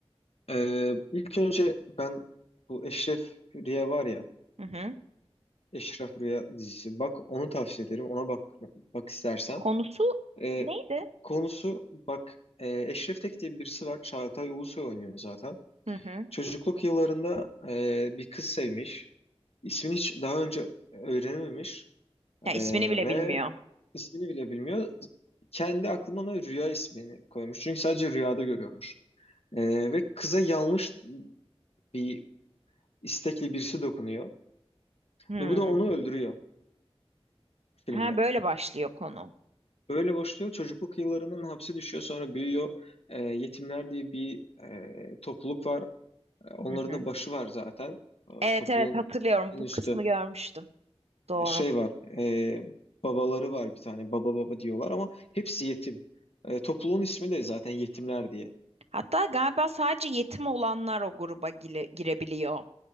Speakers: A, on the left; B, on the right.
A: Ee, ilk önce ben bu Eşref Rüya var ya,
B: Hı hı.
A: Eşref Rüya dizisi. Bak onu tavsiye ederim. Ona bak bak istersen.
B: Konusu
A: Ee,
B: neydi?
A: konusu bak e, Eşref Tek diye birisi var. Çağatay Ulusoy oynuyor zaten.
B: Hı hı.
A: Çocukluk yıllarında e, bir kız sevmiş. İsmini hiç daha önce öğrenememiş Ee,
B: Ya ismini bile
A: ve
B: bilmiyor.
A: ismini bile bilmiyor. Kendi aklına Rüya ismini koymuş. Çünkü sadece rüyada görüyormuş. Ee, ve kıza yanlış bir istekli birisi dokunuyor.
B: Hı.
A: Ve bu da onu öldürüyor filmde.
B: Ha böyle başlıyor konu.
A: Böyle başlıyor. Çocukluk yıllarından hapse düşüyor. Sonra büyüyor. Ee, yetimler diye bir e, topluluk var. Ee, onların
B: Hı hı.
A: da başı var zaten. Ee,
B: Evet
A: topluluğun
B: evet hatırlıyorum.
A: en
B: Bu
A: üstü.
B: kısmı görmüştüm. Doğru.
A: Şey var. e, babaları var bir tane. Baba baba diyorlar ama hepsi yetim. Ee, topluluğun ismi de zaten yetimler diye.
B: Hatta galiba sadece yetim olanlar o gruba gile- girebiliyor